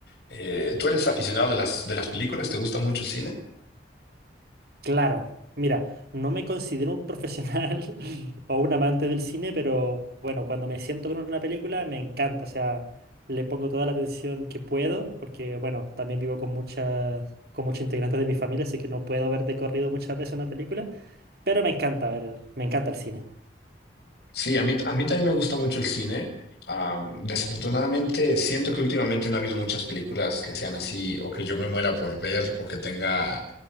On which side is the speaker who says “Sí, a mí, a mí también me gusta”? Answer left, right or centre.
Left